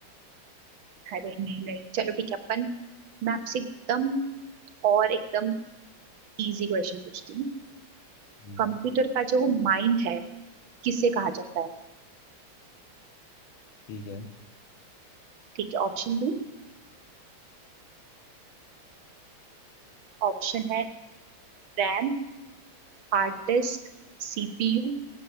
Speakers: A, on the right; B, on the left.
A: नहीं अरे नहीं नहीं चलो ठीक है अपन मैं आपसे एकदम और एकदम इजी क्वेश्चन पूछती हूँ
B: हम्म
A: कंप्यूटर का जो माइंड है किसे कहा जाता है
B: ठीक है
A: ठीक है ऑप्शन दो ऑप्शन है RAM hard disk CPU